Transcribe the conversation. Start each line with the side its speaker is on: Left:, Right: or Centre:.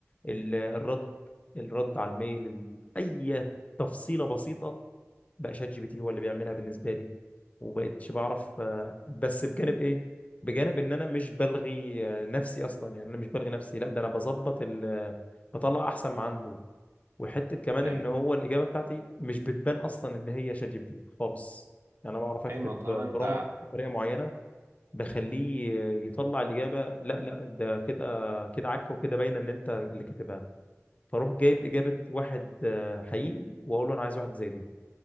Left: ال- الرد الرد على الميل ال- اي تفصيله بسيطه بقى شات جي بي تي هو اللي بيعملها بالنسبه لي وبقيتش بعرف آه، بس بجانب ايه بجانب ان انا مش بلغي آه، نفسي اصلا يعني انا مش بلغي نفسي لا ده انا بظبط ال آه، بطلع احسن ما عنده وحته كمان
Right: ايوه
Left: ان هو الاجابه بتاعتي مش بتبان اصلا ان هي شات جي بي تي خالص يعني انا بعرف اكتب
Right: ايوه ما طالما انت
Left: برومت بطريقه معينه بخليه آه، يطلع الاجابه لا لا ده كده كده عك وكده باينه ان انت اللي كاتبها فاروح جايب اجابه واحد آه، حقيقي واقول له انا عايز واحد زي دي